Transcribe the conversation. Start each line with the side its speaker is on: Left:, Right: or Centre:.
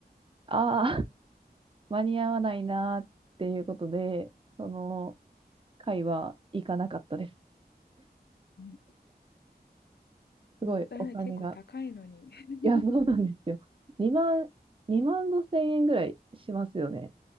Right: ああ、<laughs> 間に合わないなーっていうことで、その、回は行かなかったです。
Left: うん
Right: すごいお金が。
Left: もったいない。結構高いのに。<laughs>
Right: いや、そうなんですよ。2万、2万5千円ぐらいしますよね。